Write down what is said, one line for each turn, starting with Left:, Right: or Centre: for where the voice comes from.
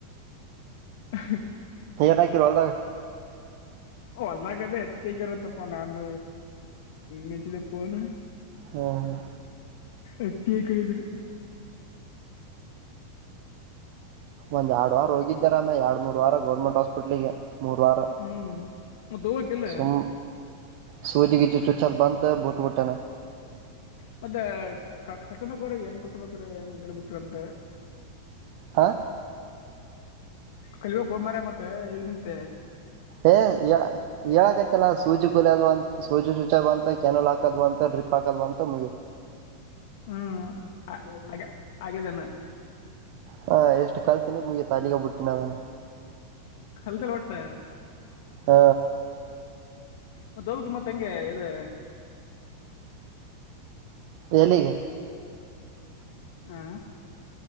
Left: <unintelligible> <inaudible>
Right: ಏನ್ ಹಾಕಿರಿ ಹೊಲದ್ಗಾ.
Left: ಹೊದಾಗದ ಎತ್ ಕೈಕ ತಪ್ಪ ನ ಅನ ನಿಚಲು ಪೋನ್
Right: ಹ್ಮ.
Left: ಹತ್ತಿ ಹಾಕ್ಯರ ಅಂದ್ರು.
Right: ಒಂದ್ ಎರಡು ವಾರ ಹೋಗಿದ್ಯಾ ರಾಮ್ಯಾ ಎರಡು ಮೂರ್ ವಾರ ಗೌರ್ಮೆಂಟ್ ಹಾಸ್ಪಿಟ್ಲ್ಗೆ. ಮೂರ್ ವಾರ
Left: ಹ್ಮ್ ಮತ್ತ ಹೋಗಕಿಲ್ಲ
Right: ಸುಮ್ಮ. ಸುಜಿಗಿಜಿ ಚುಚ್ಚುದ ಬಂತ ಬಿಟ್ಟಬಿಟ್ಯ ನಾನ್.
Left: <unintelligible>
Right: ಹಾ.
Left: ಕಲೀಬೇಕೋ ಹೂ ಮಾರಯ ಮತ್ತ ಈಗ ನಿಂತ.
Right: ಏ ಹೇಳಕೈತಲ್ಲ ಸೂಜಿ ಕೊಲೆ ಅದು ಅಂತ. ಸೂಜಿ ಚುಚ್ಚುದ ಬಂತ್, ಕ್ಯಾನೆಲ್ ಹಾಕದ ಬಂತ್, ಡ್ರಿಪ್ ಹಾಕದ ಬಂತ್, ಮುಗೀತು.
Left: ಹ್ಮ್ ಆ ಆ ಆಗಿದ್ದೇನ.
Right: ಹ ಇಷ್ಟು ಕಲ್ತೀನಿ ಮುಗಿತ ಅಲ್ಲಿಗೆ ಬಿಟ್ಟೀನಿ ಅದಾನ.
Left: ಕಲ್ತ್ಯಾಲ್ ಒಟ್ಟ.
Right: ಹ್ಮ
Left: ಮತ್ತ ಹೊಬ್ಕಿಲ್ ಮತ್ ಹಂಗೆ ಇದು.
Right: ಎಲ್ಲಿಗೆ,
Left: ಹ್ಮ್.